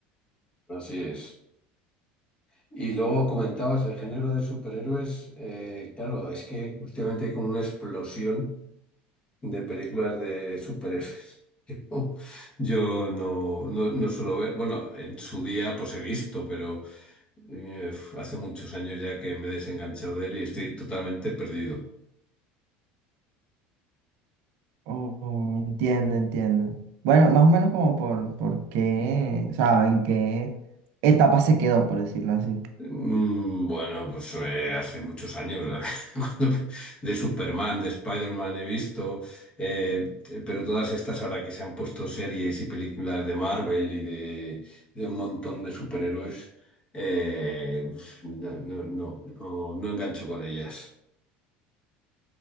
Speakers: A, on the left (about 25°); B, on the right (about 70°).
A: Así es. Y luego comentabas el género de superhéroes. eh, claro, es que últimamente hay como una explosión de películas de superhéroes. <laughs> Yo yo no, no, no suelo ver, bueno, en su día pues he visto, pero... Eh, uf, hace muchos años ya que me he desenganchado de él y estoy totalmente perdido.
B: Oh, entiendo, entiendo. Bueno, más o menos como por, por qué, o sea, en qué etapa se quedó, por decirlo así.
A: Mm, Bueno, pues eh, hace muchos años, la verdad, <laughs> cuando- de Superman, de Spider-Man he visto, eh, eh, pero todas estas ahora que se han puesto series y películas de Marvel y de, de un montón de superhéroes, eh, no, no, no, no, no engancho con ellas.